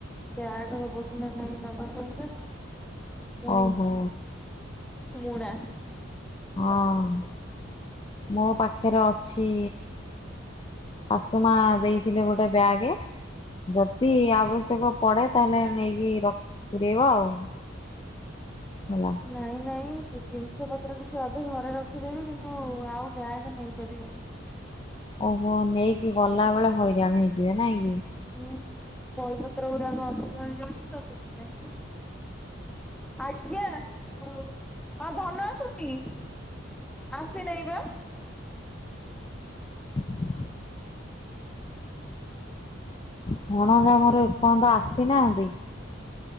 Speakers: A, in the centre; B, on the left.
A: ବ୍ୟାଗ୍ ହବ କି ନା ନାଇଁ ନବା ପାଇଁକା? ପୁଣି
B: ଓହୋ
A: ମୁଣା।
B: ହଁ ମୋ ପାଖରେ ଅଛି ଶାଶୁମା ଦେଇଥିଲେ ଗୋଟେ ବ୍ୟାଗ୍। ଯଦି ଆବଶ୍ୟକ ପଡେ, ତାହେଲେ ନେଇକି ର ପୁରେଇବା ଆଉ। ହେଲା
A: ନାଇଁ ନାଇଁ ଜିନଷପତ୍ର କିଛି ଅଧେ ଘରେ ରଖିଦେବି କିନ୍ତୁ ଆଉ ବ୍ୟାଗ ନେଇପାରିବିନି।
B: ଓହୋ ନେଇକି ଗଲା ବେଳେ ହଇରାଣ ହେଇଯିବେ ନାଇଁ କି?
A: ହୁଁ। ବହିପତ୍ର ଗୁଡାକ ଅଧିକା ହେଇଯାଉଚି ତ ସେଥିପାଇଁ। ଆ-ଆଜ୍ଞା ହଁ ଧନ ଆସୁନି। ଆସି ନେଇଁ ପା।
B: ହଁ ଭଣଜା ମୋର ଏପର୍ଯ୍ୟନ୍ତ ଆସିନାହାନ୍ତି